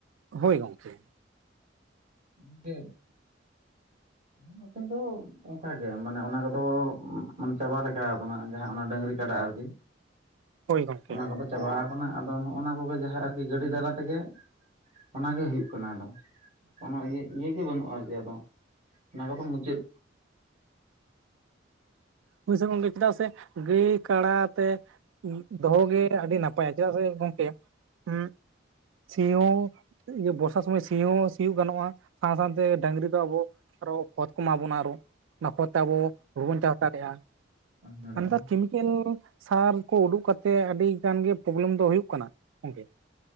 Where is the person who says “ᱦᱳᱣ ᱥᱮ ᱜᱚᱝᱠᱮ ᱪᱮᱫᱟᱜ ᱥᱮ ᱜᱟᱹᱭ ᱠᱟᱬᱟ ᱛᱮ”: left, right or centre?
Right